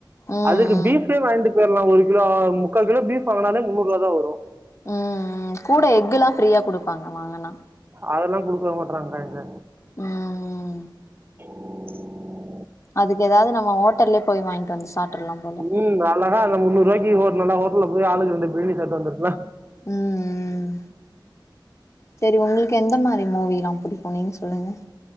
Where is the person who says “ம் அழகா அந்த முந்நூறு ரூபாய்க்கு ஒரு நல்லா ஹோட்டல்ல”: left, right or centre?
Right